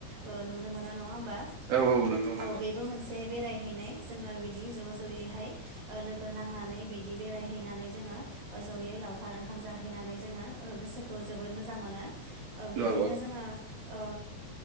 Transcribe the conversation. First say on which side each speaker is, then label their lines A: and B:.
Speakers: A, on the right; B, on the right.
A: ओ नुनो मोनो नङा होमबा।
B: औ नंगौ नंगौ
A: औ बेबो मोनसे, बे बेरायहैनाय जोङो बिदि ज' ज'यैहाय ओ लोगो नांनानै बिदि बेरायहैनानै जोङो। ज'यै लावखार ओंखाम जाहैनानै जोङो ओ गोसोखौ जोबोर मोजां। मोजां मोनो ओ बिदिनो
B: औ
A: जोङो ओ।